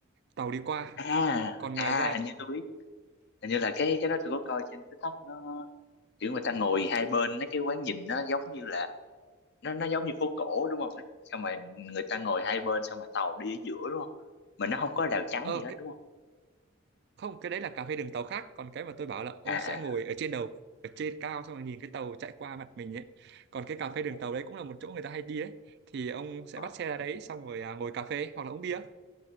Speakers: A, on the right; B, on the left.
A: tàu đi qua
B: À,
A: còn
B: à
A: ngoài ra
B: hình như tôi biết. Hình như là cái cái đó tôi có coi trên TikTok nó kiểu người ta ngồi hai bên mấy cái quán nhìn nó giống như là nó nó giống như phố cổ đúng không? Nó- Xong rồi người ta ngồi hai bên xong rồi tàu đi ở giữa đúng không? Mà nó không có rào chắn
A: ờ
B: gì hết
A: cái,
B: đúng không?
A: không cái đấy là cà phê đường tàu khác còn cái mà tôi bảo là ông
B: À
A: sẽ
B: à.
A: ngồi ở trên đầu ở trên cao xong rồi nhìn cái tàu chạy qua mặt mình ấy còn cái cà phê đường
B: Ồ.
A: tàu đấy cũng là một chỗ người ta hay đi ấy thì ông sẽ
B: ờ.
A: bắt xe ra đấy xong rồi à, ngồi cà phê hoặc là uống bia